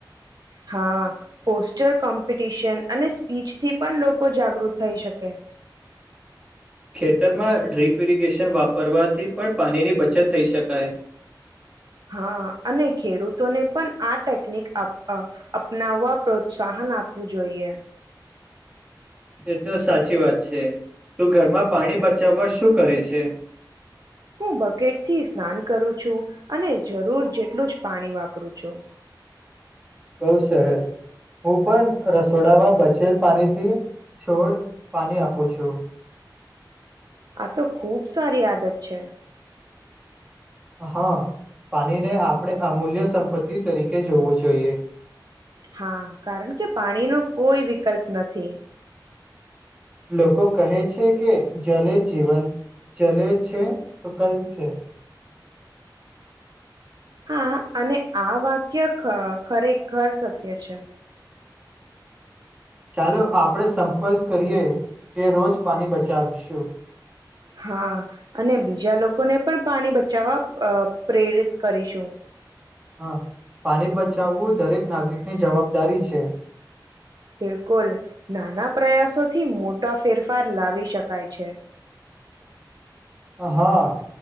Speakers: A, on the right (about 55°); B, on the right (about 15°).
A: હા પોસ્ટર કમપ્ ટિશન અને સ્પીચથી પણ લોકો જાગૃત થઈ શકે.
B: ખેતરમાં ડ્રીપ ઇરિગેશન વાપરવાથી પણ પાણીની બચત થઈ શકાય.
A: હા અને ખેડૂતોને પણ આ ટેકનિક અપ્ અપનાવવા પ્રોત્સાહન આપવું જોઈએ.
B: એ તો સાચી વાત છે. તું ઘરમાં પાણી બચાવવા શું કરે છે?
A: હું બકેટ થી સ્નાન કરું છું અને જરૂર જેટલું જ પાણી વાપરું છું.
B: બહુ સરસ. હું પણ રસોડામાં બચેલ પાણી થી છોડ પાણી આપું છું.
A: આ તો ખુબ સારી આદત છે.
B: હા પાણીને આપણે અમૂલ્ય સંપત્તિ તરીકે જોવું જોઈએ.
A: હા કારણ કે પાણી નો કોઈ વિકલ્પ નથી.
B: લોકો કહે છે કે જલે જીવન જલે છે તો કલ છે.
A: હા અને આ વાક્ય ખ ખરેખર સત્ય છે.
B: ચાલો આપણે સંપર્ક કરીએ કે રોજ પાણી બચાવીશું
A: હા અને બીજા લોકોને પણ પાણી બચાવવા અ પ્રેરિત કરીશું
B: હ પાણી બચાવવું દરેક નાગરિકની જવાબદારી છે.
A: બિલકુલ નાના પ્રયાસો થી મોટા ફેરફાર લાવી શકાય છે.
B: હા